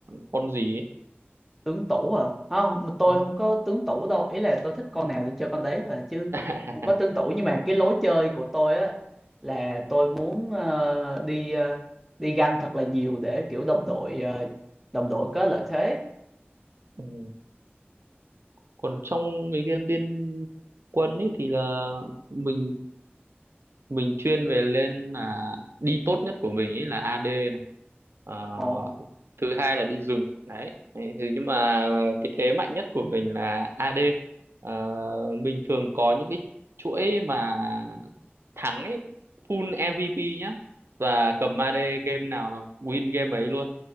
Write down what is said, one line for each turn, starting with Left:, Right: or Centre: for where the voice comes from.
Right: con gì ấy
Centre: tướng tủ à không mà tôi
Right: ừ.
Centre: không có tướng tủ đâu ý là tôi thích con nào thì chơi con đấy thôi à, chứ
Right: <laughs>
Centre: không có tướng tủ nhưng mà cái lối chơi của tôi á là tôi muốn ờ, đi ờ, đi ganh thật là nhiều để kiểu đồng đội ờ, đồng đội có lợi thế
Right: Ừ. còn trong cái game liên quân ấy thì là mình mình chuyên về lên là đi tốt nhất của mình ấy là AD Ờ,
Centre: ồ
Right: thứ hai là đi rừng đấy Đấy, thế nhưng mà cái thế mạnh nhất của mình là AD Ờ, mình thường có những cái chuỗi mà thắng ấy, full MVP nhá và cầm AD game nào là win game ấy luôn